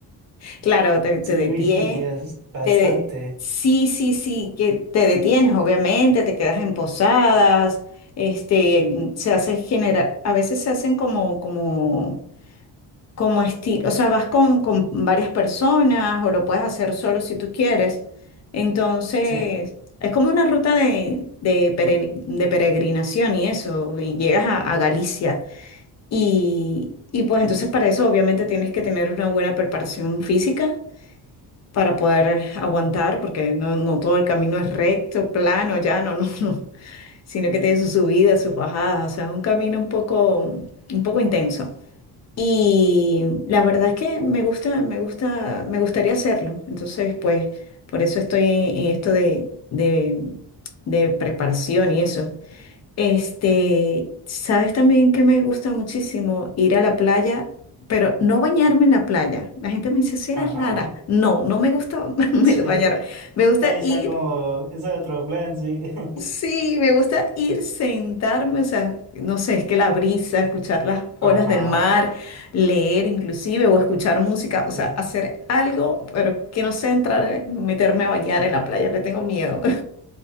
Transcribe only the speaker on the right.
sí,
uy, <laughs> Dios, bastante.
Sí,
ajá.
Sí.
Ahí está
como, ese otro plan, sí. <laughs>
Ajá,
sí.